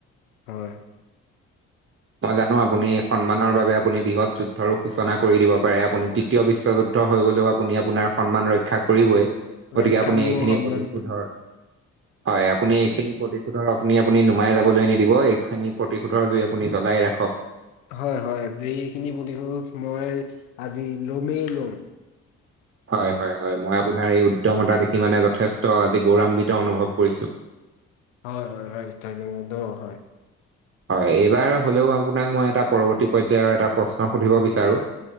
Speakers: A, on the left (about 85°); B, on the right (about 35°).
A: হয়
B: মই জানো আপুনি সন্মানৰ বাবে আপুনি বৃহৎ যুদ্ধৰো সূচনা কৰি দিব পাৰে- আপুনি তৃ- তীয় বিশ্বযুদ্ধ হৈ গ'লেও আপুনি, আপোনাৰ সন্মান ৰক্ষা কৰিবই- গতিকে
A: ৰক্ষা
B: আপুনি
A: মোৰ
B: এইখিনি
A: সন্মান
B: প্ৰতিশোধৰ- হয়, আপুনি এইখিনি প্ৰতিশো- প্ৰতিশোধৰ অগ্নি আপুনি নমাই যাবলৈ নিদিব- এইখনি প্ৰতিশোধৰ জুই আপুনি জ্বলাই ৰাখক।
A: হয় হয়, এইখিনি প্ৰতিশোধ মই আজি লমেই লম।
B: হয় হয় হয় মই আপোনাৰ এই উদ্যমতা দেখি মানে যথেষ্ট আজি গৌৰান্বিত অনুভৱ কৰিছো।
A: হয় হয় হয় ধইনবদ' হয়।
B: হয় এইবাৰ হলেও আপোনাক মই এটা পৰবৰ্তী পৰ্যায়ৰ এটা প্ৰশ্ন সুধিব বিচাৰো-